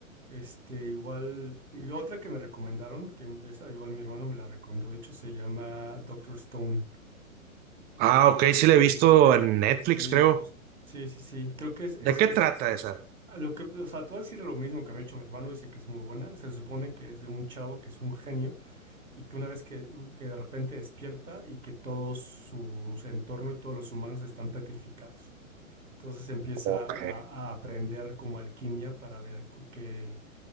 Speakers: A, on the right (about 80°); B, on the right (about 20°).
A: Este, igual. Y otra que me recomendaron, que esa igual mi hermano me la recomendó, de hecho se llama Doctor Stone.
B: Ah, ok,
A: Este,
B: sí la he visto en Netflix,
A: sí,
B: creo.
A: justo, sí, sí, sí. Creo que es, es,
B: ¿De qué
A: es
B: trata esa?
A: a lo que, o sea, tú vas a decir lo mismo que me ha hecho mi hermano, dice que es muy buena. Se supone que es de un chavo que es un genio y que una vez que, u- que de repente despierta y que todos sus entorno y todos los humanos están petrificados. Entonces empieza
B: Ok.
A: a, a aprender como alquimia para ver cu- que